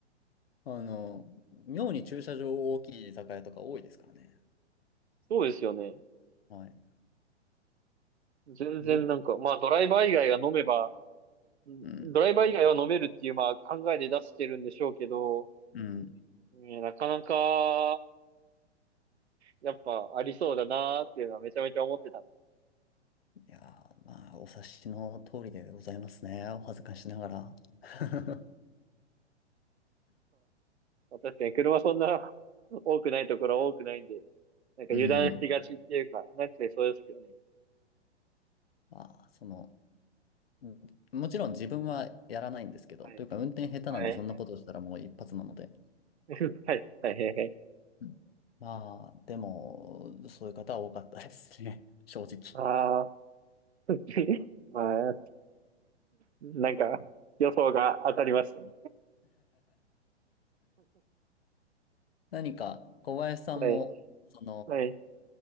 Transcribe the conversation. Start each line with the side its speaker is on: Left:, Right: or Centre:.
Left: あの、妙に駐車場大きい居酒屋とか多いですからね。
Right: そうですよね。
Left: はい。
Right: 全然なんか、
Left: どう、
Right: まあドライバー以外が飲めば、うんドライバー以外は飲めるっていう、
Left: うん、
Right: まあ考えで出してるんでしょうけど、
Left: うん。
Right: ねなかなか、やっぱありそうだなーっていうのはめちゃめちゃ思ってたんで。
Left: いやー、まあ、お察しの通りでございますね。お恥ずかしながら。<laughs>
Right: まあ確かに車そんな多くないところは多くないんで、なんか油断しがちっていうか、
Left: うん。
Right: なってそうですけどね。
Left: まあ、その、うんもちろん自分はやらないんですけど、
Right: はい。
Left: というか運転下手なんでそんなことしたらもう一発なので。
Right: はい。<laughs> はい。はい。はい。
Left: うんまあ、でも、そういう方は多かったですね。<laughs> 正直。
Right: ああー、<laughs> まあ、なんか、予想が当たりましたね。
Left: 何か、小林さんも、
Right: はい。
Left: そ
Right: はい。